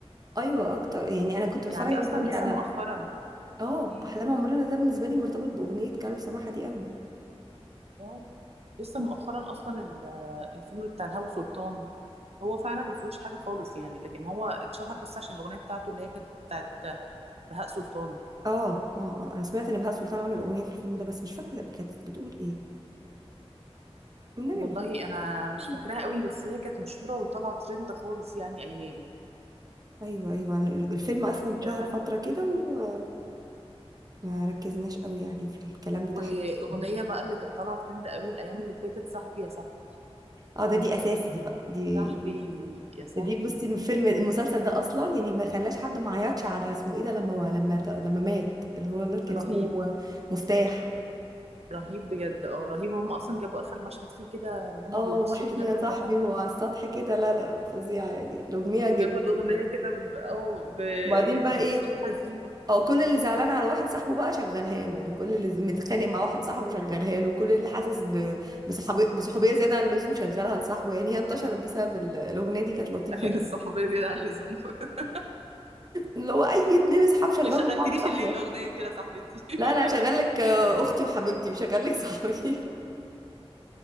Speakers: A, on the right; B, on the right.
A: أيوة أكتر يعني أنا كنت بتفرج
B: يعني
A: أنا
B: اصلا
A: وأخواتي
B: لسه
A: على
B: مؤخرا
A: أه
B: مم.
A: أحلام عمرنا ده بالنسبة لي مرتبط بأغنية كارول سماحة دي قوي
B: آه. لسه مؤخرا اصلا ال- الفيلم بتاع الهوى سلطان هو فعلا ما فيهوش حاجه خالص يعني لكن هو اتشهر بس عشان الاغنيه بتاعته اللي هي كانت بتاعت بهاء سلطان دي
A: أه أه آه. أنا سمعت إن بهاء سلطان عمل أغنية في الفيلم ده بس مش فاكرة كانت بتقول إيه والنبي
B: والله
A: ما فاكرة.
B: انا مش
A: <laughs>
B: فاكراها قوي بس هي كانت مشهوره وطالعه ترند خالص يعني ايام
A: أيوة أيوة أنا ال- الفيلم أصلا
B: بس
A: اتشهر
B: آه،
A: فترة كده وما ركزناش قوي يعني في الكلام بتاعها
B: واغنيه
A: <laughs>
B: بقى اللي كانت طالعه ترند قوي الايام اللي فاتت صاحبي يا صاحبي
A: أه ده دي أساسي دي بقى دي
B: صاحبي يا صاحبي
A: دي بصي الفيلم المسلسل ده اصلا يعني ما خلاش حد ما عيطش على اسمه ايه ده لما لما لما مات اللي هو الواد كان
B: رهيب
A: اسمه مفتاح
B: رهيب بجد اه رهيب وهم اصلا جابوا اخر مشهد فيه كده وهم
A: اه
B: بيبصوا
A: وحشني
B: كده
A: يا
B: للسما
A: صاحبي وهو على السطح كده لا لا فظيعه يعني الاغنيه جميله
B: وجابوا الاغنيه
A: جداً.
B: كده ب... اه ب...
A: وبعدين
B: يعني
A: بقى ايه
B: بصوت حزين
A: اه كل اللي زعلان على واحد صاحبه بقى شغلها له يعني كل اللي متخانق مع واحد
B: <laughs>
A: صاحبه شغلها له كل اللي حاسس ب- بصحابي- بصحوبيه زياده عن اللزوم شغلها لصاحبه يعني هي انتشرت بسبب ال- الاغنيه دي كانت لطيفه
B: ايوه الصحوبيه زياده عن اللزوم <laughs>
A: اللي هو اي اتنين اصحاب شغلوا
B: يا شغلتليش
A: بعض صاحبه
B: الليل الاغنيه دي يا صاحبتي
A: لا
B: <laughs>
A: انا هشغل لك آه، اختي وحبيبتي مش هشغل لك صاحبي <laughs>